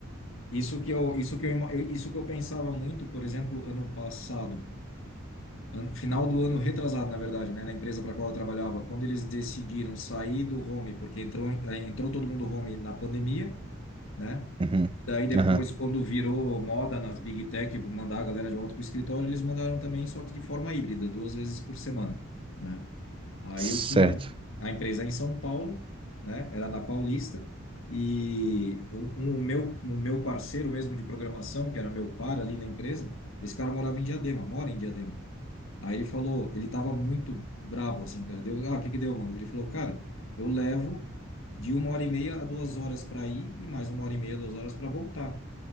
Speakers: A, on the left; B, on the right.
A: isso que eu, isso que eu, ima- eu- isso que eu pensava muito, por exemplo, ano passado, ano- final do ano retrasado, na verdade, né? Na empresa para qual eu trabalhava, quando eles decidiram sair do home, porque entrou, entrou todo mundo home na pandemia, né?
B: uhum,
A: Daí depois,
B: aham,
A: quando virou moda nas Big Tech mandar a galera de volta para o escritório, eles mandaram também, só que de forma híbrida, duas vezes por semana, né? Aí
B: certo,
A: eu tinha a empresa em São Paulo, né? Era na Paulista e um, um meu um meu parceiro mesmo de programação, que era meu par ali na empresa, esse cara morava em Diadema, mora em Diadema. Aí ele falou, ele tava muito brabo assim, cara. Deu, ah, o que que deu, mano? Ele falou, cara, eu levo de uma hora e meia a duas horas para ir e mais uma hora e meia, duas horas para voltar.